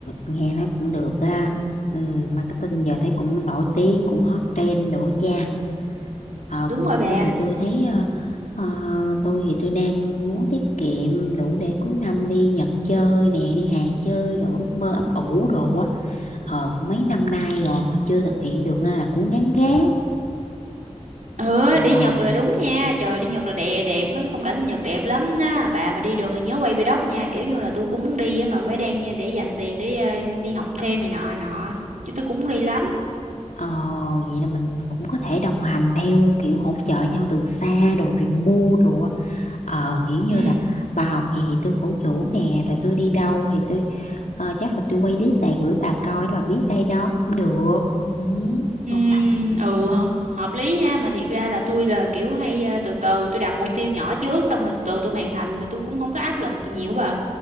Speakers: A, on the left (about 75°); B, on the right (about 75°).
A: nghe nói cũng được á. Ừ, marketing giờ thấy cũng nổi tiếng, cũng hot trend nữa cha. Ờ,
B: Đúng
A: còn
B: rồi
A: tôi
B: bà.
A: thì tôi thấy ờ, ờ, tôi thì tôi đang muốn tiết kiệm đủ để cuối năm đi Nhật chơi nè, đi Hàn chơi đồ ước mơ ấp ủ đồ á. Ờ, cũng mấy năm nay rồi mà chưa thực hiện được nên là cũng gán gán.
B: Ừ,
A: Ờ,
B: đi Nhật là đúng nha. Trời đi Nhật là đẹp đẹp mấy cái phong cảnh Nhật đẹp lắm á. Bà mà đi được thì nhớ quay vlog nha. Kiểu như là tôi cũng muốn đi á mà phải đang ờ, để dành tiền để ờ, đi học thêm này nọ này nọ. Chứ tôi cũng muốn đi lắm.
A: Ồ, vậy là mình cũng có thể đồng hành theo kiểu hỗ trợ nhau từ xa đồ remove đồ á. Ờ, kiểu như
B: Ừ.
A: là bà học gì thì tôi cổ vũ nè, rồi tôi đi đâu thì tôi ờ, chắc là tôi quay clip lại gửi bà coi để bà biết đây đó cũng được. Ừ,
B: Ừm,
A: ngon lành.
B: ừ ho- hợp lý ha mà thiệt ra là tôi là kiểu hay à, từ từ tôi đặt mục tiêu nhỏ trước xong rồi từ từ tôi hoàn thành rồi tôi cũng không có áp lực gì nhiều bà